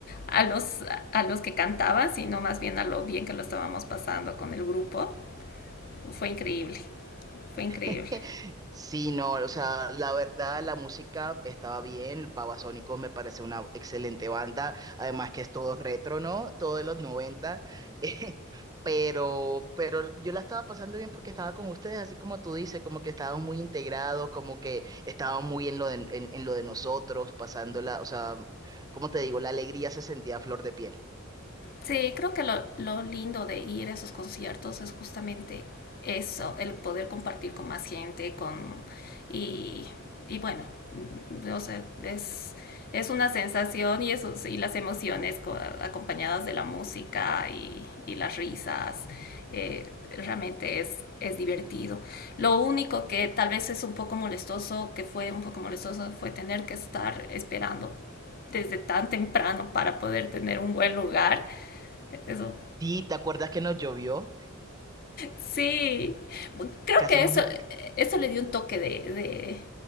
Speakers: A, on the left; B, on the right.
A: a, los, a los que cantaban, sino más bien a lo bien que lo estábamos pasando con el grupo, fue increíble, fue increíble.
B: <laughs> Sí, no, o sea, la verdad la música estaba bien, Babasónicos me parece una excelente banda, además que es todo retro, ¿no? Todo de los noventa <laughs> eh, pero, pero yo la estaba pasando bien porque estaba con ustedes, así como tú dices, como que estaban muy integrados, como que estaban muy en lo de, en, en lo de nosotros, pasándola, o sea, como te digo, la alegría se sentía a flor de piel.
A: Sí, creo que lo, lo lindo de ir a esos conciertos es justamente eso, el poder compartir con más gente, con y, y bueno, o sea, es, es una sensación y, eso, y las emociones co- acompañadas de la música y, y las risas, eh, realmente es, es divertido. Lo único que tal vez es un poco molestoso, que fue un poco molestoso, fue tener que estar esperando desde tan temprano para poder tener un buen lugar eso.
B: Sí, ¿te acuerdas que nos llovió?
A: Sí. Creo
B: Casi
A: que
B: nos,
A: eso,
B: mo-
A: eso le dio un toque de, de,